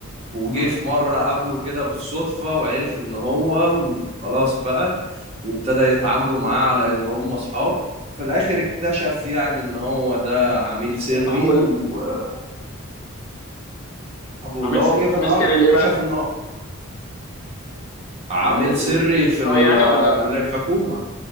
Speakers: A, on the right (about 30°); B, on the left (about 80°).
A: وجه
B: مم.
A: في مرة قابله كده بالصدفة وعرف ان هو وخلاص بقى وابتدى يتعاملوا معاه على ان هم اصحاب في الاخر اكتشف يعني ان هو ده عميل سري
B: ده صاحبه ال...
A: وصاحبه
B: اه عامل
A: اللي هو
B: سي...
A: كيفن
B: عامل
A: هارت
B: سيري ليه
A: اكتشف
B: بقى
A: انه عميل
B: لل لل
A: سري
B: اف
A: في
B: بي
A: ال-
B: اي يعني ولا
A: للحكومة